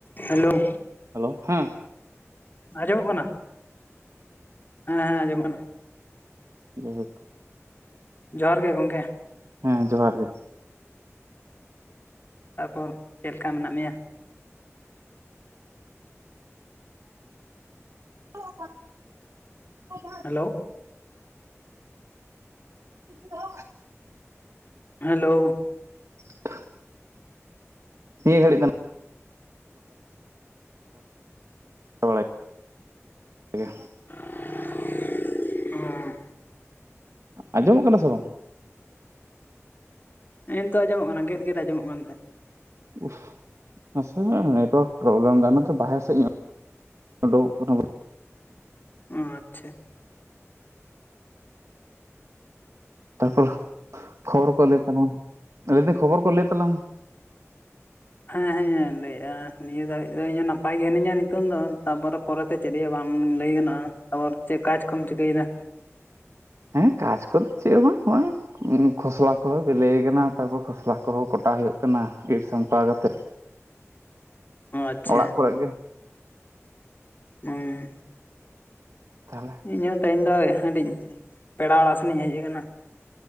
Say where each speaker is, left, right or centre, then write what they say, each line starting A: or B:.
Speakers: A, on the left; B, on the right.
A: Hello hello.
B: Hello, ᱦᱮᱸ᱾
A: ᱟᱸᱡᱚᱢᱚᱜ ᱠᱟᱱᱟ? ᱦᱮᱸᱻᱦᱮᱸᱻᱟᱸᱡᱚᱢᱚᱜ ᱠᱟᱱᱟ ᱾
B: ᱡᱟᱭᱦᱳᱠ
A: ᱡᱚᱸᱦᱟᱨ ᱜᱮ ᱜᱚᱝᱠᱮ᱾
B: ᱦᱮᱸ ᱡᱚᱸᱦᱟᱨ ᱜᱮ᱾
A: ᱛᱟᱨᱯᱚᱨ ᱪᱮᱜ ᱞᱮᱠᱟ ᱢᱮᱱᱟᱜ ᱢᱮᱭᱟ?
B: <unintelligible>
A: ᱦᱮᱞᱳ᱾
B: <unintelligible>
A: ᱦᱮᱞᱳ᱾
B: <unintelligible> ᱱᱤᱭᱟᱹ ᱜᱷᱟᱹᱲᱤᱡ ᱫᱚ <unintelligible> ᱜᱮ
A: <unintelligible>
B: ᱟᱸᱡᱚᱢᱚᱜ ᱠᱟᱱᱟ ᱥᱮ ᱵᱟᱝ?
A: ᱦᱮᱸ ᱱᱤᱛᱚᱜ ᱟᱸᱡᱚᱢᱚᱜ ᱠᱟᱱᱟ ᱜᱮᱫ ᱜᱮᱫ ᱟᱸᱡᱚᱢᱚᱜ ᱠᱟᱱ ᱛᱟᱦᱮᱸᱡ
B: ᱩᱷ! <unintelligible> ᱱᱟᱥᱮ ᱱᱟᱹᱜ ᱱᱮᱴᱣᱟᱨᱠ ᱯᱨᱚᱵᱞᱮᱢ ᱮᱫᱟ ᱚᱱᱟᱛᱮ ᱵᱟᱦᱨᱮ ᱥᱮᱫ ᱤᱧ ᱳᱰᱳᱝᱚᱜ ᱠᱟᱱᱟ
A: ᱚ ᱟᱪᱪᱷᱟ
B: ᱛᱟᱨᱯᱚᱨ ᱠᱷᱚᱵᱚᱨ ᱠᱚ ᱞᱟᱹᱭ ᱛᱟᱞᱟᱝ ᱢᱮ ᱞᱟᱹᱭᱫᱟᱹᱧ ᱠᱷᱚᱵᱚᱨ ᱠᱚ ᱞᱟᱹᱭ ᱛᱟᱞᱟᱝ ᱢᱮ
A: ᱦᱮᱸ ᱦᱮᱸ ᱞᱟᱹᱭᱮᱜᱼᱟ ᱱᱤᱭᱟᱹ ᱫᱷᱟᱹᱵᱤᱡ ᱫᱚ ᱤᱧ ᱱᱟᱯᱟᱭ ᱜᱮ ᱦᱤᱱᱟᱹᱧᱟ ᱱᱤᱛᱚᱝ ᱫᱚ ᱛᱟᱯᱚᱨᱮ ᱯᱚᱨᱮᱛᱮ ᱪᱮᱫ ᱤᱭᱟᱹ ᱵᱟᱝ ᱞᱟᱹᱭ ᱜᱟᱱᱚᱜᱼᱟ ᱛᱟᱯᱚᱨᱮ ᱪᱮᱫ ᱠᱟᱡ ᱠᱚᱢ ᱪᱤᱠᱟᱹᱭᱮᱫᱟ
B: ᱦᱮᱸ ᱠᱟᱡ ᱠᱚᱫᱚ ᱪᱮᱫ ᱦᱚᱸ ᱵᱟᱝ ᱱᱚᱜᱼᱚᱭ ᱠᱷᱚᱥᱞᱟ ᱠᱚᱦᱚᱸ ᱵᱤᱞᱤᱭ ᱟᱠᱟᱱᱟ ᱛᱟᱨᱯᱚᱨ ᱠᱷᱚᱥᱞᱟ ᱠᱚᱦᱚᱸ ᱠᱚᱴᱟ ᱦᱩᱭᱩᱜ ᱠᱟᱱᱟ ᱤᱨ ᱥᱟᱢᱴᱟᱣ ᱠᱟᱛᱮᱜ
A: ᱚ ᱟᱪᱪᱷᱟ
B: ᱚᱲᱟᱜ ᱠᱚᱨᱮ ᱜᱮ
A: <unintelligible>
B: ᱛᱟᱦᱚᱞᱮ
A: ᱤᱧ ᱦᱚᱸ ᱛᱮᱸᱦᱮᱧ ᱫᱚ <unintelligible> ᱯᱮᱲᱟ ᱚᱸᱲᱟᱜ ᱥᱮᱱᱤᱧ ᱦᱮᱡ ᱟᱠᱟᱱᱟ